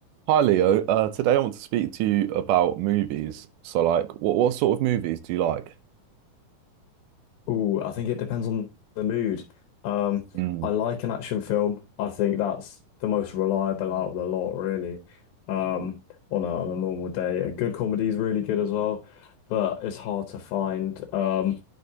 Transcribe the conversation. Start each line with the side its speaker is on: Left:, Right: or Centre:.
Right: Hi Leo, uh, today I want to speak to you about movies. So, like, what what sort of movies do you like?
Left: Oh, I think it depends on the mood. Um,
Right: Mm,
Left: I like an action film. I think that's the most reliable out of the lot, really. Um, on a on a normal day, a good comedy is really good as well, but it's hard to find. Um,